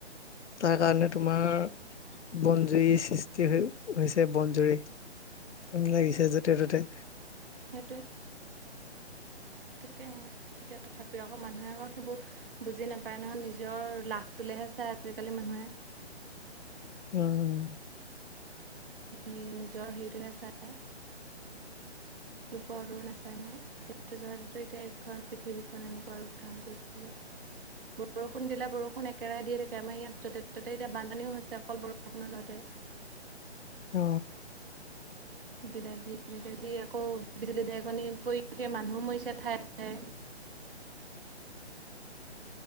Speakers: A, on the left; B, on the right.
A: তাৰ কাৰণে তোমাৰ, বনজুই সৃষ্টি হৈ হৈছে, বনজুই। <unintelligible> লাগিছে য'তে ত'তে।
B: সেইটোৱে! ঠিকেই। এতিয়া, তথাপিও আকৌ, মানুহে আকৌ, সেইবোৰ বুজি নাপায় নহয়? নিজৰ লাভটো লে হে চাই আজিকালি মানুহে
A: উম।
B: নিজৰ হেটোহে চাই।
A: উ <inaudible>
B: কোৱা ঘুৰি নাচায় নহয় সেইটো জন্তু এতিয়া এইখন পৃথিৱীখন এনেকুৱা ৰ ধাৰণ কৰি থাকিব। বৰষুণ দিলে বৰষুণ একেৰাহে দিয়ে থাকে। আমাৰ ইয়াত য'তে ত'তে এতিয়া বানপানীও হৈছে অকল বৰষুণত তহতে।
A: অ।
B: দিলে দি <unintelligible> আজি আকৌ বিজুলী ঢেকনী পৰিকে মানুহো মৰিছে ঠায়ে ঠায়ে।
A: <inaudible>